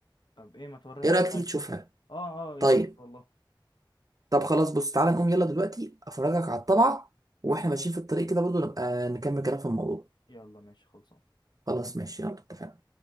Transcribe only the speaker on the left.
طب ايه ما توريهاني
طيب
اه اه
يا ريت والله
يلا ماشي خلصان